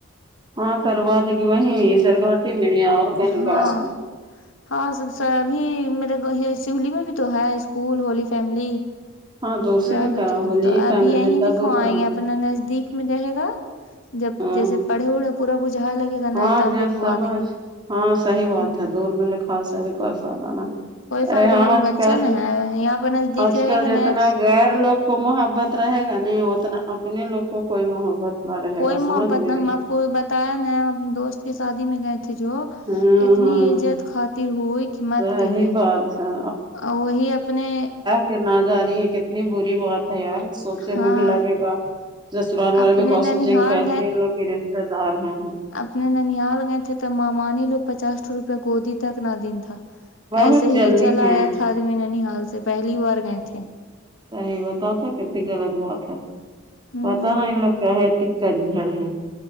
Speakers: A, on the right; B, on the left.
A: ہاں کروا د گی وہیں سرگاٹی میں اور <inaudible>
B: ہاں
A: <inaudible>
B: ہاں سب سر ابھی میرے یہ سولی میں بھی تو ہے اسکول ہولی فیملی
A: ہاں تو اسی
B: <inaudible> ربٹ
A: میں کرا ہولی
B: تو ابھی
A: فیملی
B: یہیں
A: میں اتنا
B: لکھو
A: دور
B: آئیں
A: کرنا
B: گے اپنا نزدیک میں رہے گا جب
A: ہاں
B: جیسے پڑھے اڑے پورا بجھا لگے گا <inaudible>
A: ہاں ج
B: لکھوا
A: سمجھ
B: دیں گے
A: ہاں صحیح بات
B: ہوں
A: ہے دور میں لکھا سے اب کوئی فائدہ نہ
B: کوئی
A: ارے
B: فائدہ
A: ہاں
B: نہ ابھی
A: آج
B: بچہ
A: کل
B: نا ہے یہاں پہ نزدیک
A: آج
B: رہے
A: کل
B: گا
A: جتنا
B: نا
A: غیر لوگ کو محبت رہے گا نہیں اتنا اپنے لوگ کو کوئی محبت نہ رہے
B: کوئی
A: گا
B: محبت
A: سمجھ گئے
B: نہ ہم آپ کو بتایا ن ہم اپنے دوست کی شادی میں گئے تھے جو
A: ہاں
B: اتنی
A: ہاں
B: عزت خاطر ہوئی کہ مت
A: صحیح
B: کہیے
A: بات ہے
B: اور وہی اپنے
A: کہ نہ جا رہی ہے کتنی بری بات ہے یار سوچنے
B: ہاں
A: میں بھی لگے گا جسرال وال
B: اپنے
A: بھی کوسم
B: ننحال
A: سنگھ کیسے ان لوگ کے رشتے دار ہیں
B: اسنے ننیاال گئے تھے تو مامانی لوگ پچاس سو روپئے گودی تک نہ دین تھا
A: بہت
B: ایسے
A: جلدی
B: ہی چلا
A: ہیں
B: آیا تھا آدمی نن حال سے پہلی بار گئے تھے
A: صحی بت تھا کتنی غلط بات ہے
B: ہوں
A: پتا نا ان لوگ کہے کنجڑ ہے